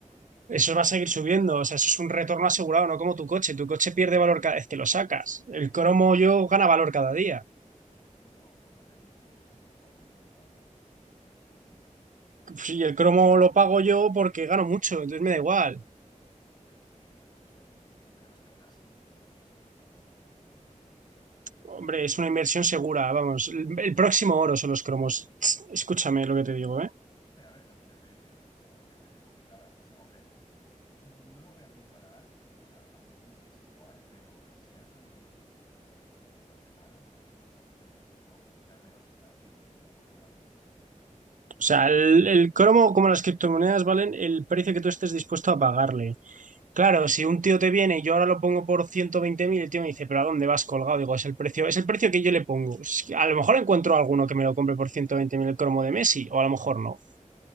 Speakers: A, on the right; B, on the left.
A: Eso va a seguir subiendo, o sea, eso es un retorno asegurado, no como tu coche. Tu coche pierde valor cada vez que lo sacas. El cromo yo gana valor cada día.
B: Bueno, por lo menos el coche no lo pago yo, lo pagan los ingresos pasivos, en tu caso.
A: Sí, el cromo lo pago yo porque gano mucho, entonces me da igual.
B: A ver, también verdad, las cosas como son. Pero es que aún así, tío, yo pienso que los cromos no es una muy buena inversión, que se diga.
A: Hombre, es una inversión segura, vamos. El, el próximo oro son los cromos. Tss, Escúchame lo que te digo, ¿eh?
B: Hombre, A ver, también depende, ¿eh? también depende, porque cada cosa, hombre, no lo voy a comparar, o sea, hacer como que es igual, pero si han salido criptomonedas que son bastante malas, ¿qué nos hace pensar que un cromo, que al menos es tangible, no puede valer esas cantidades?
A: O sea, el, el cromo, como las criptomonedas, valen el precio que tú estés dispuesto a pagarle. Claro, si un tío te viene y yo ahora lo pongo por 120.000, el tío me dice, pero ¿a dónde vas colgado? Digo, es el precio, es el precio que yo le pongo. Si- A lo mejor encuentro alguno que me lo compre por 120.000 el cromo de Messi, o a lo mejor no.